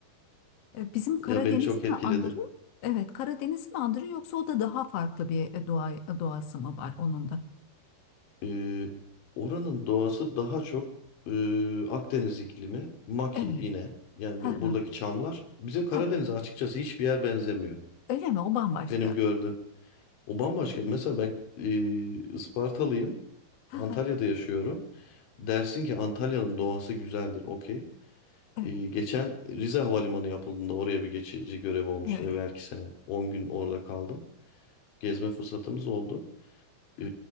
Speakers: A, on the left; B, on the left.
A: E, bizim Karadeniz'i
B: Ya beni çok etkiledi.
A: mi andırıyor? Evet, Karadeniz mi andırıyor yoksa o da daha farklı bir e, doğa, doğası mı var onun da?
B: Ee, oranın doğası daha çok e, Akdeniz iklimi, maki
A: Evet,
B: yine. Yani
A: ha
B: bu-
A: ha,
B: buradaki çamlar. Bizim Karadeniz'e
A: ha ha.
B: açıkçası hiçbir yer benzemiyor.
A: Öyle mi? O bambaşka.
B: Benim gördüğüm. O bambaşka. Mesela ben e, Ispartalıyım.
A: Ha
B: Antalya'da
A: ha,
B: yaşıyorum. Dersin ki Antalya'nın doğası güzeldir. Okey.
A: evet,
B: E, geçen Rize Havalimanı yapıldığında oraya bir geçici görev olmuştu
A: evet.
B: evvelki sene. 10 gün orada kaldım. Gezme fırsatımız oldu. E,